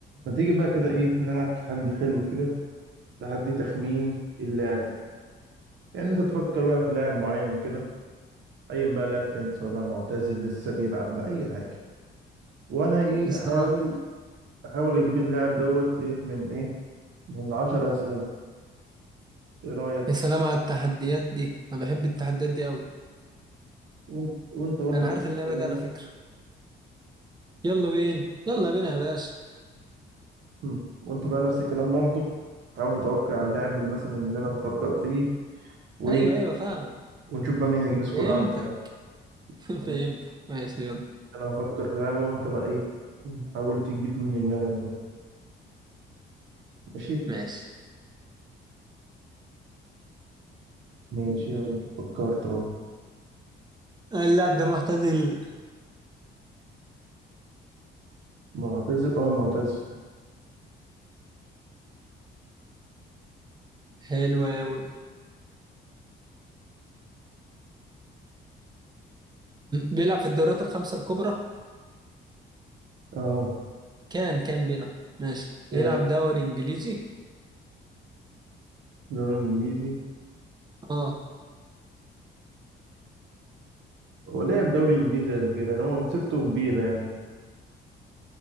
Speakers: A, on the right; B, on the right.
A: ما تيجي بقى كده ايه نلعب تحدي حلو كده تحدي تخمين اللاعب يعني انت تفكر بقى في لاعب معين كده ايا بقى لاعب كان سواء لاعب معتزل لسه بيلعب بقى اي حاجه وانا ايه
B: يا سلام
A: احاول احاول اجيب اللاعب دوت ايه من ايه من 10 اسئله ايه رايك
B: يا سلام على التحديات دي انا بحب التحديات دي قوي
A: وانت وانت برضه
B: انا
A: نفس
B: عارف اللعبه
A: الكلام
B: دي على فكره يلا بينا يلا بينا يا باشا
A: مم. وانت بقى نفس الكلام برضه عاوز تتوقع اللاعب مثلا اللي انا مفكر فيه و...
B: ايوه ايوه فاهمك
A: ونشوف بقى مين هيجيب سكور
B: فهمتك
A: اعلى في اللاعب
B: <laughs>
A: يعني
B: فهمت ماشي يلا
A: انا هفكر في لعبه وانت بقى ايه حاول تجيب مين اللاعب ده ماشي
B: ماشي
A: ماشي يلا فكرت اهو
B: اللاعب ده معتزل
A: معتزل اه معتزل
B: حلو قوي بيلعب في الدوريات الخمسه الكبرى
A: اه
B: كان كان بيلعب ماشي
A: كان
B: بيلعب دوري انجليزي
A: دوري انجليزي
B: اه
A: هو لعب دوري انجليزي قبل كده يعني هو مسيرته كبيرة يعني